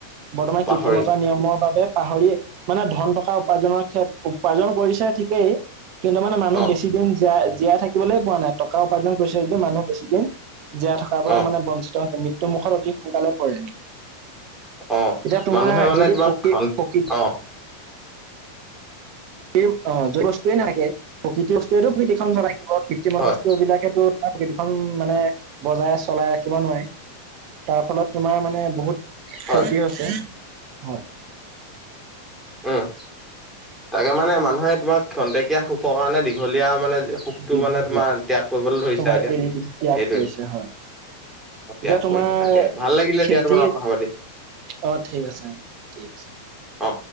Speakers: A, on the right; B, in the centre.
A: বৰ্তমান
B: পাহৰি
A: কৃত্ৰিমতা নিয়মৰ বাবে পাহৰি মানে ধন টকা উপাৰ্জন ক্ষেএ উপাৰ্জন কৰিছে ঠিকেই কিন্তু মানে মানুহ
B: অ',
A: বেছি দিন জীয়া -জীয়াই থাকিবলৈ পোৱা নাই টকা উপাৰ্জন কৰিছে যে মানুহ বেছি দিন জীয়াই থকাৰ পৰা
B: অ',
A: মানে বঞ্চিত হয় মৃত্যু মুুখত অতি সোনকালে পৰে।
B: অ',
A: এতিয়া তোমাৰ
B: মানুহে মানে
A: যদি
B: তোমাক
A: প্ৰকৃত
B: খন-
A: প্ৰকৃত
B: অ
A: সেই অ যি বস্তুৱে নাথাকে প্ৰকৃৃতি বস্তুৱেয়েতটো পৃথিবীখন চলাই থাকিব কৃত্ৰিমত
B: হয়,
A: বস্তু বিলাকেতো ত প্ৰকৃতিখন মানে বজাই চলাই ৰাখিব নোৱাৰি তাৰ ফলত তোমাৰ মানে বহুত ক্ষয়তি
B: হয়,
A: হৈছে হয়।
B: উম তাকে মানে মানুহে তোমাৰ ক্ষন্তেকীয়া সুখৰ কাৰণে দীঘলীয়া মানে। পোকটো
A: দীঘলীয়া
B: মানে তোমাৰ ত্যাগ কৰিবলৈ ধৰিছে
A: তোমাৰ
B: আৰু এতিয়া সেইটোৱে
A: এৰি ত্যাগ কৰিছে হয়
B: ত্যাগ
A: এতিয়া তোমাৰ
B: কৰিছে তাকে ভাল লাগিলে
A: খেতি
B: দিয়া তোমাৰ কথা পাতি।
A: অ ঠিক আছে অ ঠিক আছে।
B: অ